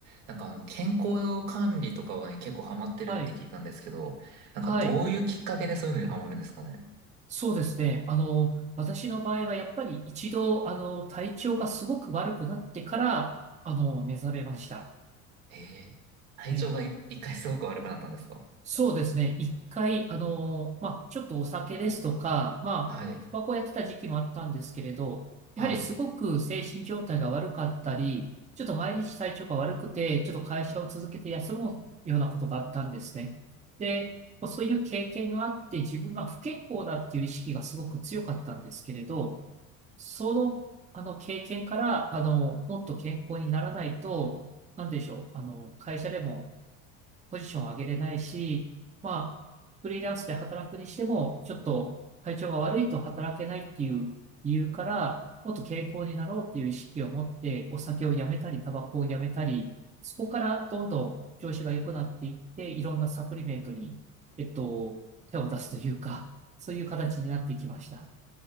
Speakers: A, on the right; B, on the right.
A: なんかあの、健康管理とかはね、結構ハマってるって聞いたんですけど、
B: はい。
A: なんかどういうきっかけでそういうのにハマるんですかね。
B: はい。そうですね。あの、私の場合はやっぱり一度、あの、体調がすごく悪くなってから、あの、目覚めました。
A: へえ、体調がい一回すごく悪くなったんですか
B: ええそうですね。一回、あの、まあ、ちょっとお酒ですとか、まあ、
A: はい。
B: タバコやってた時期もあったんですけれど、
A: はい。
B: やはりすごく精神状態が悪かったり、ちょっと毎日体調が悪くて、ちょっと会社を続けて休むようなことがあったんですね。で、まあそういう経験があって、自分が不健康だっていう意識がすごく強かったんですけれど、その、あの経験から、あの、もっと健康にならないと、なんでしょう、あの、会社でも、ポジションを上げれないし、まあ、フリーランスで働くにしても、ちょっと体調が悪いと働けないっていう理由から、もっと健康になろうっていう意識を持って、お酒をやめたり、タバコをやめたり、そこからどんどん調子が良くなっていって、いろんなサプリメントに、えっと、手を出すというか、そういう形になってきました。